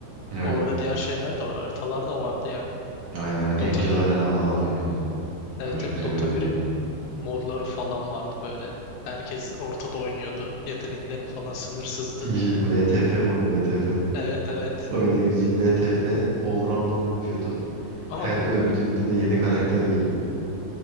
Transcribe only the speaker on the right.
Evet.
Aynen. Angel
Arena falan oynuyordum.
Ben çok
seviyordum
onu.
İşte VTF modu VTF.
Oyuna girince VTF all random yapıyordun.
Her öldüğünde de yeni karakter geliyordu.